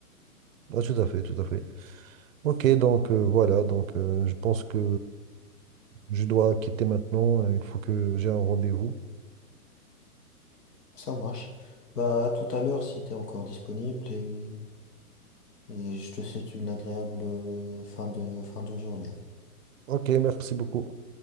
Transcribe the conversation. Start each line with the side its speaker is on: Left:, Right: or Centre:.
Right: Ah, tout à fait, tout à fait. Ok, donc euh, voilà, donc euh, je pense que je dois quitter maintenant. Il faut que j'ai un rendez-vous.
Left: Ça marche. Bah, à tout à l'heure si t'es encore disponible et, et je te souhaite une agréable euh, fin de, fin de journée.
Right: Ok, merci beaucoup.